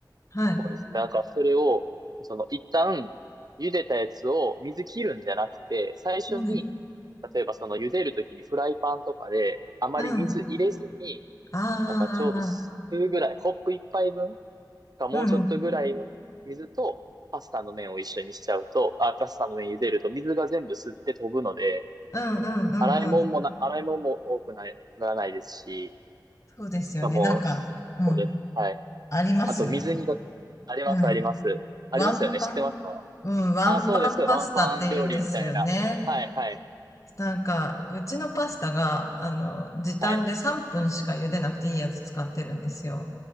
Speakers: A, on the left; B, on the right.
A: はい。
B: そうですね。なんかそれを、その一旦茹でたやつを水切るんじゃなくて、最初に、
A: うん。
B: 例えばその茹でるときにフライパンとかであまり水入れずに、
A: うん。ああ、ああ、
B: なんかちょうど数ぐらい、
A: ああ
B: コップ一杯分かもうちょっとぐらいの水とパスタの麺を一緒にしちゃうと、
A: うん。うん。
B: あ、パスタの麺茹でると水が全部吸って飛ぶので、
A: うん。うん。うんうんああうんうんうんうんうんうん
B: 洗い物もな、洗い物も多くなならないですし、
A: そうですよね。
B: しかも、
A: なんか、
B: そうです。
A: うん。
B: はい。
A: ありますよね。
B: あと、水煮が、あります、
A: うん。
B: あります。ありますよね。
A: ワンパン
B: 知ってますか
A: うん。ワンパンパスタって言うんですよね。
B: あ、そうです。ワンパン料理みたいな。はい、はい、
A: なんか、うちのパスタが、あの、時短で3分しか茹でなくていいやつ使ってるんですよ。
B: はい。